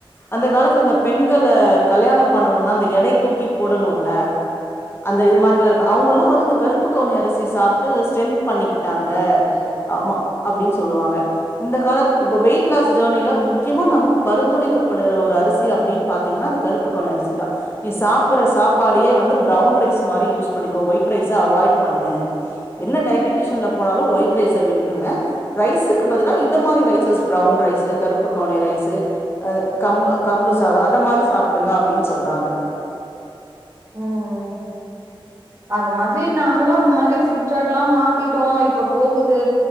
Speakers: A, on the left (about 25°); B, on the right (about 30°).
A: அந்த காலத்துல இந்த பெண்கள கல்யாண பண்ணணுனா அந்த எடை தூக்கி போடணுல அந்த இது மாரில்லா இருக்குல அவங்கல்லா வந்து இந்த கருப்பு கவுனி அரிசி சாப்டு ஸ்ட்ரென்த் பண்ணிக்கிட்டாங்க ஆமா அப்டின் சொல்லுவாங்க இந்த காலத்து இப்ப வெயிட் லாஸ் ஜெர்னியில முக்கியமா நமக்கு பரிந்துரைக்கப்படுகிற ஒரு அரிசி அப்டின் பாத்தீங்கன்னா அந்த கருப்புக்கவுனி அரிசி தா நீ சாப்புற சாப்பாடியே வந்து பிரௌவுன் ரைஸ் மாரி யூஸ் பண்ணிக்கோ ஒயிட் ரைஸ அவாய்ட் பண்ணு என்ன டைட்டிஷன்ல போனாலு ஒயிட் ரைஸ விட்ருங்க ரைஸுக்கு பதிலா இத மாரி ரைசஸ் பிரௌன் ரைஸு கருப்புக்கவனி ரைஸு அ கம்பு கம்பு சாத அத மாரி சாப்பிடுங்க அப்டின்னு சொல்றாங்க
B: ம் அது மாதிரி நாங்களு அந்த மாரி ஃபுட் சாட்ல்லா மாத்திட்டோ இப்ப போகுது